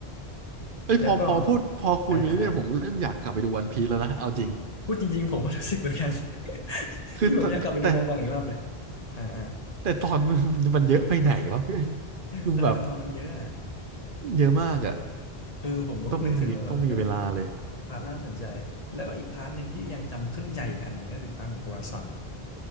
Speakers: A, on the right (about 60°); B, on the left (about 40°).
A: เอ้ยพอพอพูดพอคุยไปเรื่อยๆผมเริ่มอยากกลับไปดูวันพีซแล้วนะเอาจริง
B: แล้วก็อ่าอ่าอ่าพูดจริงๆผมก็รู้สึกเหมือนกัน <laughs>
A: คือแต่แต่
B: นี่ผมอยากกลับไปดูมองบางอีกรอบเลยอ่าอ่า
A: แต่ตอนมันมันมันเยอะไปไหนวะเพื่อนดูแบบ
B: เออแต่ตอนมันเยอะอ่ะ
A: เยอะมากอะ
B: เออผมก็นึกถึงแล้วแบบมันก็มี
A: ต้องมีต้องมีเวลาเลย
B: พาร์ทน่าสนใจแล้วก็อีกพาร์ทหนึ่งที่ยังจำขึ้นใจอีกอันหนึ่งก็คือพาร์ทของโคราซอน